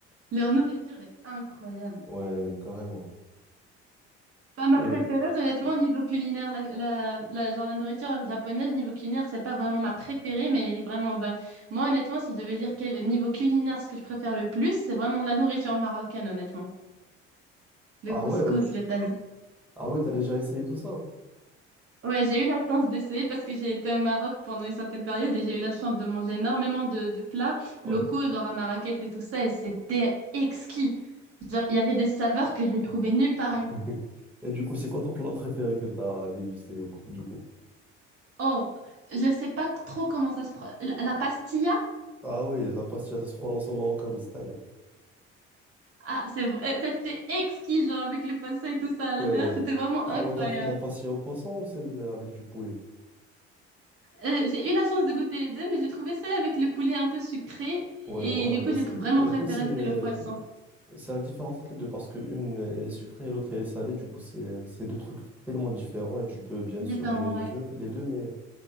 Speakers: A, on the right (about 40°); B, in the centre.
A: Leur nourriture est incroyable.
B: ouais, carrément.
A: Pas ma
B: Et
A: préférée, honnêtement, niveau culinaire. La, la, la- genre, la nourriture japonaise, niveau culinaire, c'est pas vraiment ma préférée, mais elle est vraiment bonne. Moi, honnêtement, si je devais dire quel niveau culinaire, ce que je préfère le plus, c'est vraiment la nourriture marocaine, honnêtement. Le
B: ah
A: couscous,
B: ouais. ouais.
A: le tagine.
B: Ah ouais, t'as déjà essayé tout ça?
A: Ouais, j'ai eu la chance d'essayer parce que j'ai été au Maroc pendant une certaine période et j'ai eu la chance de manger énormément de, de plats
B: Ouais.
A: locaux, genre à Marrakech et tout ça, et c'était exquis. Genre, il y avait des saveurs que j'ai trouvées nulle part ailleurs.
B: <laughs> Et du coup, c'est quoi ton plat préféré que t'as dégusté au cou- du coup?
A: Oh, je sais pas trop comment ça se... pro- La, la pastilla,
B: Ah oui, la pastilla, ça se prononce au marocain, style.
A: ah, c'est vrai, <laughs> c'était exquis, genre avec les poissons et tout ça à l'intérieur,
B: Ouais.
A: c'était vraiment
B: Ah
A: incroyable.
B: ouais, t'as pris la pastilla au poisson ou celle avec du poulet?
A: Euh, j'ai eu la chance de goûter les deux, mais j'ai trouvé celle avec le poulet un peu sucré, et
B: Ouais, voilà.
A: du
B: Bah
A: coup, j'ai
B: c'est-
A: vraiment
B: bah
A: préféré
B: écoute, c'est euh,
A: celle au poisson.
B: c'est la différence entre les deux parce que une elle est sucrée et l'autre, elle est salée. Du coup, c'est euh, c'est deux trucs tellement différents et tu peux bien
A: Différent,
B: sûr aimer les
A: ouais.
B: jeux, les deux. Mais